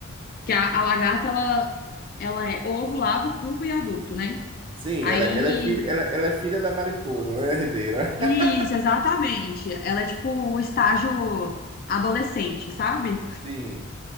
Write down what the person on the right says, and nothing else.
Sim,
ela, ela é filha, ela, ela é filha da mariposa, né, herdeira?
<laughs>
Sim.